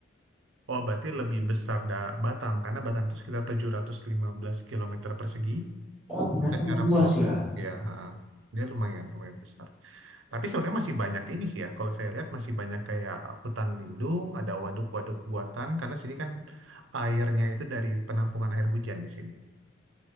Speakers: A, on the right; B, in the centre.
A: oh berarti lebih besar da Batam, karena Batam itu sekitar 715 kilometer persegi,
B: Oh, ternyata
A: secara
B: luas
A: pulau
B: ya.
A: ya ha. dia lumayan lumayan besar tapi sebenarnya masih banyak ini sih ya kalau saya lihat masih banyak kayak hutan lindung ada waduk-waduk buatan karena sini kan airnya itu dari penampungan air hujan di sini